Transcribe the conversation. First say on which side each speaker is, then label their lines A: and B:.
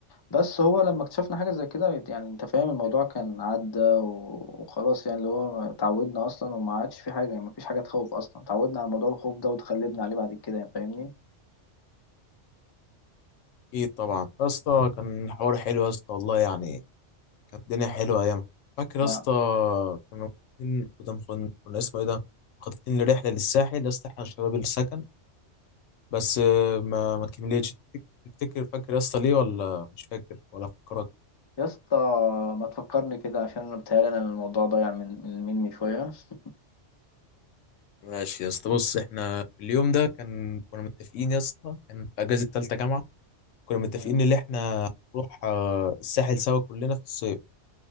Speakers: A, on the left; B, on the left.
A: بس هو لما اكتشفنا حاجه زي كده يعني انت فاهم الموضوع كان عدى و- وخلاص يعني اللي هو اتعودنا اصلا وما عادش في حاجه يعني ما فيش حاجه تخوف اصلا اتعودنا على موضوع الخوف ده وتغلبنا عليه بعد كده يعني فاهمني
B: اكيد طبعا يا اسطى كان حوار حلو يا اسطى والله يعني كانت الدنيا حلوة أيام فاكر يا
A: ما
B: اسطى كنا مخططين كنا مخن- كنا اسمه إيه ده مخططين لرحلة للساحل يا اسطى إحنا شباب السكن بس آه، ما ما كملتش تفتكر فاكر يا اسطى ليه ولا مش فاكر ولا فكرك
A: يا اسطى ما تفكرني كده عشان انا بتهيألي انا الموضوع ضايع من من مني شويه <laughs>
B: ماشي يا اسطى بص إحنا اليوم ده كان كنا متفقين يا اسطى كان في أجازة تالتة جامعة كنا متفقين
A: مم.
B: إن إحنا نروح آه، الساحل سوا كلنا في الصيف